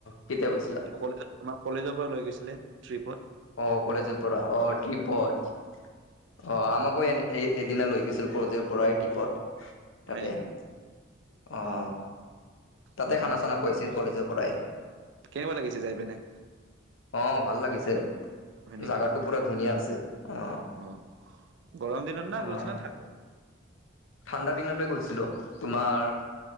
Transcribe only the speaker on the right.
কলেজত আমাৰ কলেজৰ পৰা লৈ গৈছিলে ট্ৰিপত।
হয়
নেকি?
অ',
উম,
কেনেকুৱা লাগিছে যাই পিনাই।
হয় নেকি?
অ গৰম দিনত না
গৈছিলা না ঠাণ্ডা